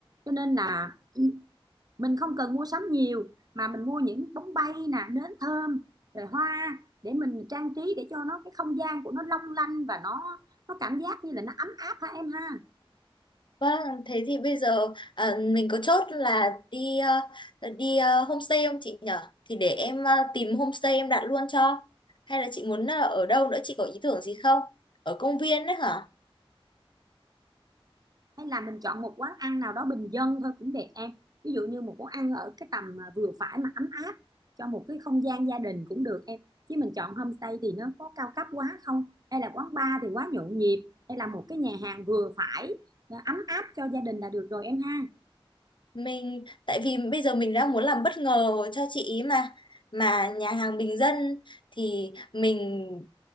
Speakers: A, on the right; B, on the left.
A: cho nên là <clears throat> mình không cần mua sắm nhiều mà mình mua những bóng bay nè nến thơm rồi hoa để mình trang trí để cho nó cái không gian của nó long lanh và nó nó cảm giác như là nó ấm áp ha em ha
B: Vâng, thế thì bây giờ à, mình có chốt là đi ờ, đi ờ, homestay không chị nhở? Thì để em ờ, tìm homestay em đặt luôn cho. Hay là chị muốn ờ, ở đâu nữa, chị có ý tưởng gì không? Ở công viên đấy hả?
A: hay là mình chọn một quán ăn nào đó bình dân thôi cũng đẹp em ví dụ như một quán ăn ở cái tầm mà vừa phải mà ấm áp cho một cái không gian gia đình cũng được em chứ mình chọn homestay thì nó có cao cấp quá không hay là quán bar thì quá nhộn nhịp hay là một cái nhà hàng vừa phải nó ấm áp cho gia đình là được rồi em ha
B: Mình tại vì bây giờ mình đã muốn làm bất ngờ cho chị ý mà mà nhà hàng bình dân thì mình